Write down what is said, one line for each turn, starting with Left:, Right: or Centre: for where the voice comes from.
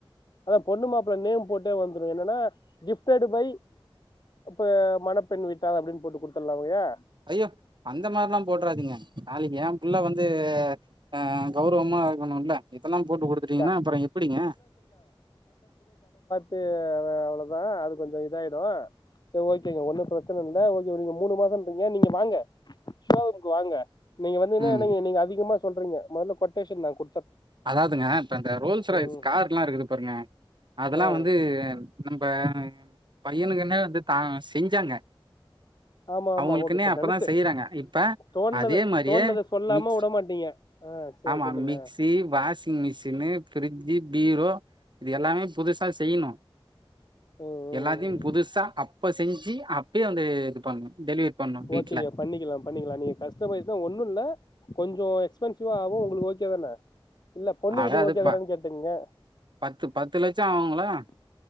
Left: அதா பொண்ணு மாப்ள நேம் போட்டு வந்துடு என்னன்னா கிஃப்ட் தேடு பை இப்ப மணப்பெண் வீட்டார் அப்டின் போட்டு குடுத்துட்லாங்கா
Right: ஐயோ அந்த மாரில்லா போட்றாதீங்க நாளைக்கு ஏ புள்ள வந்து ஆ கௌரவமா போனுல்ல இதெல்லா போட்டு குடுத்துட்டீங்கனா
Left: க
Right: அப்றோ எப்டிங்க
Left: து அவ்ளதா அது கொஞ்சோ இதாயிடு சரி ஓகேங்க ஒன்னு பிரச்சன இல்ல ஓக்கே நீங்க மூணு மாசோன்றீங்க நீங்க வாங்க ஷோ ரூம்க்கு வாங்க நீங்க வந்தீனா என்ன
Right: ம்
Left: என்னங்க நீங்க அதிகமா சொல்றீங்க மொதல்ல கொட்டேஷன் நா கு
Right: அதாதுங்க இப்ப இந்த ரோல்ஸ் ராயல்ஸ்
Left: ம்
Right: கார் எல்லா இருக்குது பாருங்க அதெல்லா
Left: ஆ
Right: வந்து நம்ப பையனுக்குன வந்து தா செஞ்சாங்க
Left: ஆமா
Right: அவங்களுக்குன்னே
Left: ஆமா ஓக்கேப்ப
Right: அப்பதா
Left: நேனைச்சு
Right: செய்யறாங்க இப்ப
Left: தோன்னது
Right: அதே மாரியே
Left: தோன்னத சொல்லாம
Right: மிக்ஸ்
Left: உடமாட்டீங்க ஆ சரி
Right: ஆமா
Left: சொல்லுங்க
Right: mixie washing machine fridge bureau இது எல்லாமே புதுசா செய்யணு
Left: ம் ம்
Right: எல்லாத்தையு‌ புதுசா அப்ப செஞ்சு அப் அப்பயே வந்து இது பண்ணு டெலிவரி பண்ணு வீட்ல
Left: ஓக்கேங்க பண்ணிக்கலா பண்ணிக்கலா நீங்க கஷ்டமைஸ் தா ஒண்ணு இல்ல கொஞ்சோ எக்ஸ்பென்சிவா ஆகு உங்களுக்கு ஓக்கே தான இல்ல பொண்ணு
Right: அட
Left: வீட்டுக்கு
Right: அது
Left: ஓக்கேதானனு
Right: ப
Left: கேட்டுக்ங்க
Right: பத்து பத்து லட்சோ ஆவுங்களா